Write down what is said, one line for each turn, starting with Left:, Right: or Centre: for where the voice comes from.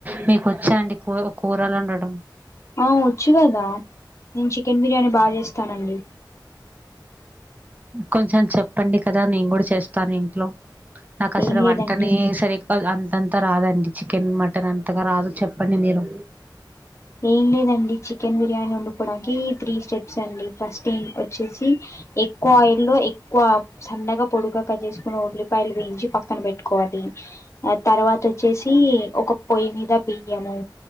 Right: మీకు వచ్చా అండి కూ కూరలు ఉండడం
Left: ఆ వచ్చు కదా నేను చికెన్ బిర్యానీ బాగా చేస్తానండి
Right: కొంచెం చెప్పండి కదా నేను కూడా చేస్తాను ఇంట్లో నాకు అసలు
Left: ఏం లేదండి
Right: వంటనే సరి అంతంతా రాదండి చికెన్ మటన్ అంత అత్తగా రాదు చెప్పండి మీరు
Left: ఏం లేదండి చికెన్ బిర్యానీ వండుపోవడానికి త్రీ స్టెప్స్ అండి ఫస్ట్ ఏం వచ్చే ఎక్కువ ఆయిల్ లో ఎక్కువ సన్నగా పొడుగక చేసుకున్న ఉల్లిపాయలు వేయించి పక్కన పెట్టుకోవాలి ఆ తర్వాత వచ్చేసి ఒక పొయ్యి మీద బియ్యము